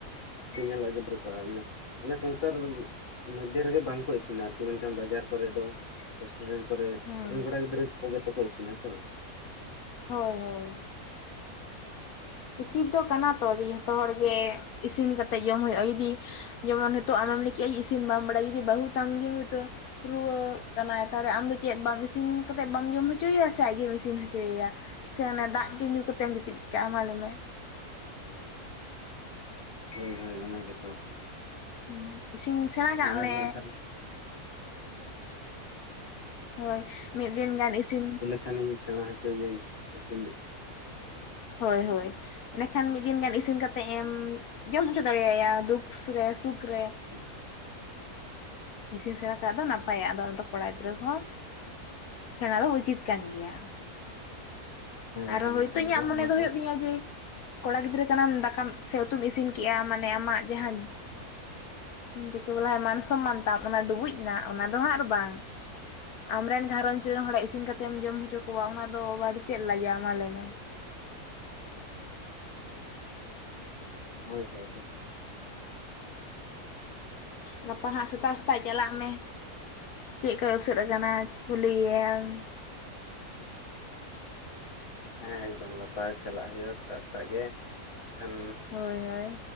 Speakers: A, on the left; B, on the left.
A: <inaudible> ᱵᱮᱯᱟᱨ ᱚᱱᱮ ᱥᱚᱝᱥᱟᱨ ᱢᱚᱫᱽᱫᱷᱮ ᱨᱮᱜᱮ ᱵᱟᱝᱠᱚ ᱤᱥᱤᱱᱟ ᱟᱨᱠᱤ ᱢᱮᱱᱠᱷᱟᱱ ᱵᱟᱡᱟᱨ ᱠᱚᱨᱮ ᱫᱚ ᱥᱴᱩᱨᱴ ᱠᱚᱨᱮ
B: ᱦᱩᱸ
A: ᱱᱠᱷᱱ ᱠᱚᱲᱟ ᱜᱤᱫᱽᱨᱟᱹ ᱠᱚᱜᱮ ᱛᱚ ᱠᱚ ᱥᱤᱱᱟ ᱥᱮ ᱵᱟᱝ
B: ᱦᱳᱭ ᱦᱳᱭ ᱩᱪᱤᱛ ᱫᱚ ᱠᱟᱱᱟ ᱛᱚ ᱡᱮ ᱡᱷᱚᱛᱚ ᱦᱚᱲ ᱜᱮ ᱤᱥᱤᱱ ᱠᱟᱛᱮ ᱡᱚᱢ ᱦᱩᱭᱩᱜᱼᱟ ᱡᱩᱫᱤ ᱡᱮᱢᱚᱱ ᱱᱤᱛᱚᱜ ᱟᱢᱮᱢ ᱞᱟᱹᱭ ᱠᱮᱫᱮᱜ ᱤᱥᱤᱱ ᱵᱟᱢ ᱵᱟᱲᱟᱭ ᱡᱩᱫᱤ ᱵᱟᱹᱦᱩ ᱛᱟᱢ ᱜᱮ ᱦᱳᱭᱛᱳ ᱨᱩᱣᱟᱹᱜ ᱠᱟᱱᱟᱭ ᱛᱟᱦᱚᱞᱮ ᱟᱢ ᱫᱚ ᱪᱮᱫ ᱵᱟ ᱤᱥᱤᱱ ᱠᱟ ᱠᱟᱛᱮᱮᱫ ᱵᱟᱢ ᱡᱚᱢ ᱦᱚᱪᱚᱭᱮᱭᱟ ᱥᱮ ᱟᱡ ᱜᱮᱢ ᱤᱥᱤᱱ ᱦᱚᱪᱚᱭᱮᱭᱟ ᱥᱮ ᱚᱱᱮ ᱫᱟᱜ ᱜᱮ ᱧᱩ ᱠᱟᱛᱮᱢ ᱡᱟᱹᱯᱤᱫ ᱠᱟᱜᱼᱟ ᱮᱢᱟᱞᱮ ᱢᱮ
A: ᱦᱳᱭ ᱦᱳᱭ ᱚᱱᱟᱜᱮᱛᱚ
B: ᱦᱩᱸ ᱤᱥᱤᱱ ᱥᱮᱬᱟ
A: ᱥᱮᱬᱟᱭ
B: ᱠᱟᱜ ᱢᱮ
A: ᱦᱩᱭᱩᱜᱼᱟ ᱛᱟᱦᱚᱞᱮ
B: ᱦᱳᱭ ᱢᱤᱫ ᱫᱤᱱ ᱜᱟᱱ ᱤᱥᱤᱱ
A: ᱠᱷᱟᱱᱤᱧ ᱥᱮᱬᱟ ᱦᱚᱪᱚᱭᱭᱟᱹᱧ ᱤᱥᱤᱱ
B: ᱦᱳᱭ ᱦᱳᱭ ᱮᱱᱟᱰᱮᱠᱷᱟᱱ ᱢᱤᱫ ᱫᱤᱱ ᱜᱟᱱ ᱤᱥᱤᱱ ᱠᱟᱛᱮᱮᱫ ᱮᱢ ᱡᱚᱢ ᱦᱚᱪᱚ ᱫᱟᱲᱮᱭᱟᱭᱟ ᱫᱩᱠ ᱩᱥ ᱨᱮᱮ ᱥᱩᱠ ᱨᱮ
A: ᱦᱮᱸ
B: ᱤᱥᱤᱱ ᱥᱮᱬᱟ ᱠᱫ ᱫᱚ ᱱᱟᱯᱟᱭᱟ ᱟᱫᱚ ᱫᱚ ᱠᱚᱲᱟ ᱜᱤᱫᱽᱨᱟᱹ ᱦᱚᱸ ᱥᱮᱬᱟ ᱫᱚ ᱩᱪᱤᱛ ᱠᱟᱱ ᱜᱮᱭᱟ ᱟᱨᱚ
A: ᱮᱠᱫᱚᱢ
B: ᱦᱳᱭᱛᱳ
A: ᱮᱠᱟᱞ
B: ᱤᱧᱟᱹᱜ
A: ᱜᱮ
B: ᱢᱚᱱᱮ
A: ᱱᱚᱣᱟ
B: ᱫᱚ ᱦᱩᱭᱩᱜ ᱛᱤᱧᱟᱹ ᱡᱮ ᱠᱚᱲᱟ ᱜᱤᱫᱽᱨᱟᱹ ᱠᱟᱱᱟᱢ ᱫᱟᱠᱟᱢ ᱥᱮ ᱩᱛᱩᱢ ᱤᱥᱤᱱ ᱠᱮᱫᱮᱜᱼᱟ ᱢᱟᱱᱮ ᱟᱢᱟᱜ ᱡᱟᱦᱟᱸ ᱡᱮᱠᱮ ᱵᱚᱞᱮ ᱢᱟᱱ ᱥᱚᱱᱢᱟᱱ ᱛᱟᱢ ᱚᱱᱟ ᱰᱩᱵᱩᱡ ᱮᱱᱟ ᱚᱱᱟ ᱫᱚ ᱦᱟᱸᱜ ᱟᱨ ᱵᱟᱝ ᱟᱢᱨᱮᱱ ᱜᱷᱟᱨᱚᱸᱧᱡᱽ ᱨᱮᱱ ᱦᱚᱲ ᱤᱥᱤᱱ ᱠᱟᱛᱮᱮᱫᱢ ᱡᱚᱢ ᱦᱚᱪᱚ ᱠᱚᱣᱟ ᱚᱱᱟ ᱫᱚ <unintelligible> ᱟᱵᱟᱨ ᱫᱚ ᱪᱮᱫ ᱞᱟᱡᱟᱣ ᱢᱟ ᱞᱟᱭ ᱢᱮ
A: ᱦᱳᱭ ᱦᱳᱭ ᱦᱳᱭ
B: ᱜᱟᱯᱟ ᱦᱟᱸᱜ ᱥᱮᱛᱟᱜ ᱥᱮᱛᱟᱜ ᱪᱟᱞᱟᱜ ᱢᱮ ᱪᱮᱫᱠᱟᱭ ᱩᱥᱟᱹᱫ ᱟᱠᱟᱱᱟ ᱠᱩᱞᱤᱭᱮᱟᱢ
A: ᱦᱮᱸ ᱮᱠᱫᱚᱢ ᱱᱟᱯᱟᱭ ᱪᱟᱞᱟᱜ ᱦᱩᱭᱩᱜᱼᱟ ᱥᱮᱛᱟᱜ ᱥᱮᱛᱟᱜ ᱜᱮ ᱮᱠᱷᱟᱱ
B: ᱦᱳᱭ ᱦᱳᱭ